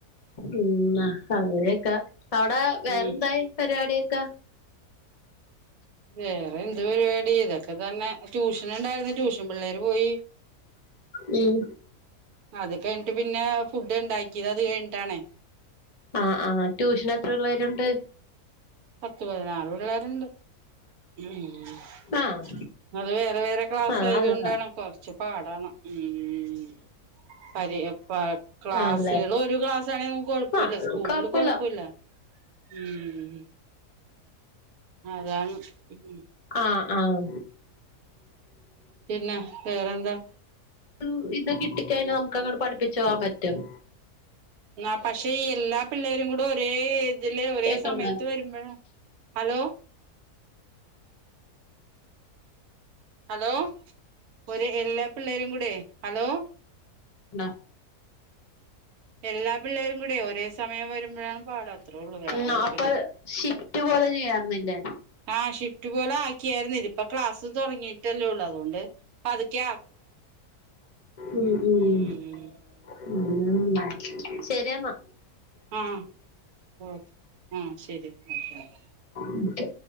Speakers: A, on the left; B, on the right.
A: ഉം മ്മാ അങ്ങനെയൊക്കെ അവടെ വേറെന്തായി
B: ഉം
A: പരിപാടിയൊക്കെ
B: വേറെ എന്ത് പരിപാടി ഇതൊക്കെ തന്നെ ട്യൂഷൻ ഇണ്ടായിരുന്നു ട്യൂഷൻ പിള്ളേര് പോയി
A: ഉം
B: അത് കഴിഞ്ഞട്ട് പിന്നെ ഫുഡ് ഇണ്ടാക്കിയത് അത് കഴ്ഞ്ഞ്ട്ടാണ്
A: അഹ് ആഹ് ട്യുഷന് എത്ര പിള്ളേരുണ്ട്
B: പത്ത് പതിനാറ് പിള്ളേര് ഇണ്ട് ഉം ഉം
A: ആഹ്
B: അത് വേറെ വേറെ ക്ലാസ്
A: ആഹ്
B: ആയതുകൊണ്ടാണ്
A: അതാ
B: കൊർച്ചു പാടാണ് ഉം പരേ പ ക്ലാസ്സുകള്
A: ആണല്ലേ
B: ഒരു ക്ലാസ് ആണെങ്കിൽ നമ്മക്ക് കൊഴപ്പൊഇല്ല
A: ആഹ് അത്
B: സ്കൂൾള്
A: കൊഴപ്പല്ല
B: കൊഴപ്പൊഇല്ല ഉം അതാണ് ഉം
A: ആഹ് ആഹ്
B: പിന്നെ വേറെന്താ
A: ന്ന് ഇത് കിട്ടി കഴിഞ്ഞാൽ നമുക്ക് അങ്ങട് പഠിപ്പിച്ച് പോവാൻ പറ്റും
B: ആഹ് പക്ഷെ ഈ എല്ലാ പിള്ളേരും കൂടെ ഒരേ ഏതില് ഒരേ
A: കേക്കണില്ലേ
B: സമയത്ത് വരുമ്പൊഴാ ഹലോ ഹലോ ഓര് എല്ലാ പിള്ളേരും കൂടേ ഹലോ
A: ണ്
B: എല്ലാ പിള്ളേരും കൂടെ ഒരേ സമയം വരുമ്പഴാണ് പാട് അത്രേ ഒള്ളൂ വേറെ
A: ഉം
B: കൊഴപ്പല്ല
A: അപ്പൊ ഷിഫ്റ്റ് പോലെ ചെയ്യാർന്നില്ലേ
B: ആ ഷിഫ്റ്റ് പോലെ ആക്കിയായിരുന്നു ഇതിപ്പോ ക്ലാസ് തുടങ്ങിയിട്ടല്ലേ ഉള്ളൂ അതുകൊണ്ട് പതുക്കെ
A: ഉം ഉം
B: ഉം ഉം
A: <unintelligible> ശെരിരി എന്നാ
B: ആഹ് ഓ ആഹ് ശരി എന്നാ ഓക്കെ ഒക്കെ
A: ന്ന്ട്ട്